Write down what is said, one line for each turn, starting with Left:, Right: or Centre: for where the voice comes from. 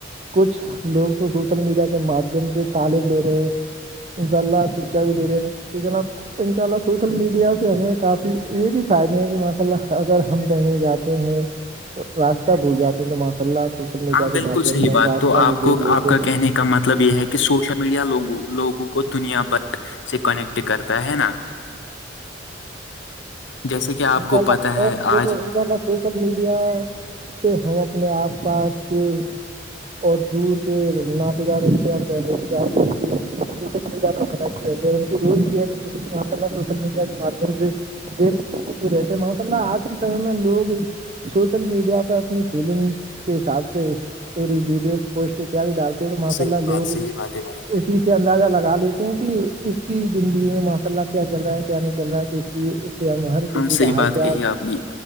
Right: کچھ لوگ تو سوشل میڈیا کے مادھیم سے تعالم لے رہے ہیں ان شاءاللہ سچائی دے رہے ٹھیک ہے نا ان شاء اللہ سوشل میڈیا سے ہمیں کافی یہ بھی فائدے ہیں کہ ماشاء اللہ اگر ہم کہیں جاتے ہیں راستہ بھول جاتے ہیں تو ماشاء اللہ سوشل میڈیا
Left: ہاں
Right: کے
Left: بالکل
Right: مادھیم
Left: صحیح
Right: سے ہم
Left: بات
Right: راستہ
Left: تو آپ
Right: بھی
Left: کو
Right: دیکھ لیتے
Left: آپ کا کہنے کا مطلب یہ ہے کہ سوشل میڈیا لوگوں لوگوں کو دنیا بھر سے کنیکٹ کرتا ہے نا جیسے کہ آپ
Right: ان
Left: کو
Right: شاء اللہ
Left: پتا ہے
Right: میں دیکھو
Left: آج
Right: ان شاء اللہ سوشل میڈیا سے ہم اپنے آس پاس کے اور دور کے نااتے دار رشتے دار پہے سوشل میڈیا پ کنیکٹ رہتے ہیں ان کی روز کی ایکٹیوٹیز ماشا اللہ سوشل میڈیا کے ماددھیم سے ج <unintelligible> رہتے ماشاء اللہ آج کے سمے میں لوگ سوشل میڈیا پر اپنی فیلنگس کے حساب سے اسٹوری ویڈیوز پوسٹ ڈالتے چھلو ماشاء
Left: صحیح
Right: اللہ
Left: بات
Right: لوگ
Left: صحیح بات ہے بھائی
Right: کوشش اندازہ لگا لیتے ہیں کہ اس کی زندگی میں ماشاء اللہ کیا چل رہا ہے کیا نہیں چل رہا ہے تو اس اس سے ہم ہر کسی
Left: ہاں صحیح
Right: کا حال
Left: بات
Right: چال
Left: کہی آپ نے